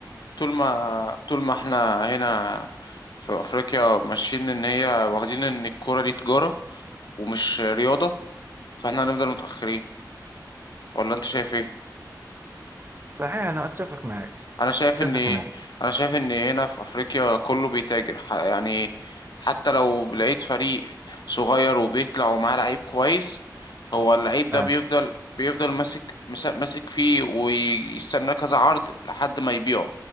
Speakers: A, on the left; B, on the right.
A: طول ما طول ما احنا هنا في افريقيا ماشيين ان هي واخدين ان الكرة دي تجارة ومش رياضة فاحنا هنفضل متأخرين ولا انت شايف ايه
B: صحيح أنا أتفق معك
A: انا شايف
B: أتفق
A: ان
B: معك
A: انا شايف ان هنا في افريقيا كله بيتاجر ح- يعني حتى لو لقيت فريق صغير وبيطلع ومعاه لعيب كويس هو اللعيب ده
B: آه
A: بيفضل بيفضل ماسك مس- ماسك فيه ويستناه كذا عرض لحد ما يبيعه